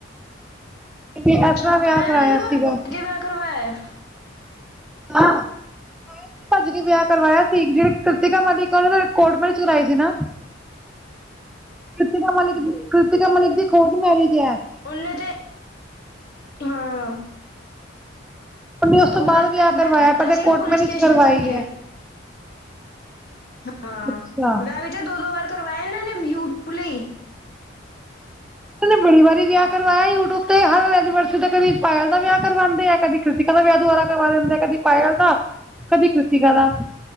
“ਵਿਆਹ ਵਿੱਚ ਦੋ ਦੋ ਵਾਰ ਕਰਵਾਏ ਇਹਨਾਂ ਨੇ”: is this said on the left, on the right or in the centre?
Left